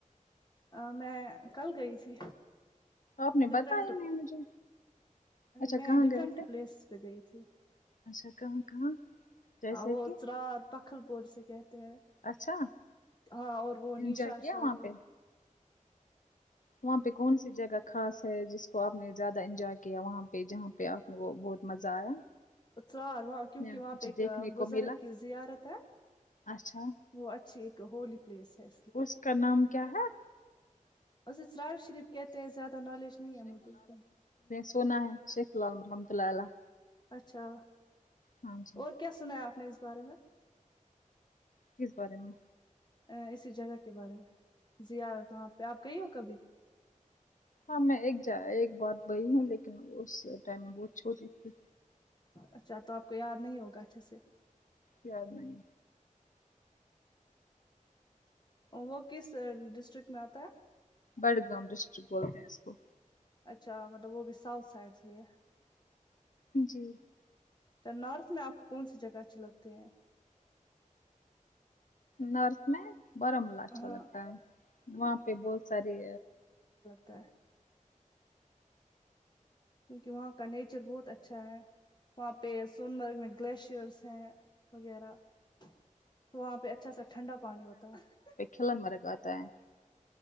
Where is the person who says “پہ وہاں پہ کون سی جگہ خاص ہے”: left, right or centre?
Left